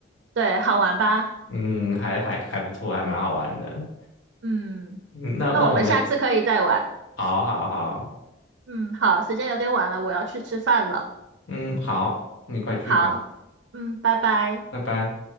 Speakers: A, on the right; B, on the left.
A: 对，好玩吧？
B: 嗯，还还还不错，还蛮好玩的。
A: 嗯，
B: 嗯，那那我们
A: 那我们下次可以再玩。
B: 好好好，
A: 嗯，好，时间有点晚了，我要去吃饭了。
B: 嗯，好，你快去吧，
A: 好，嗯，拜拜。
B: 拜拜。